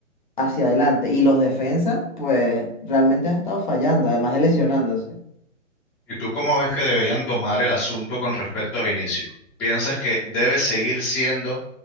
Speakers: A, on the left; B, in the centre.
A: hacia adelante. Y los defensas, pues realmente han estado fallando, además de lesionándose.
B: ¿Y tú cómo ves que deberían tomar el asunto con respecto a Vinicius? ¿Piensas que debe seguir siendo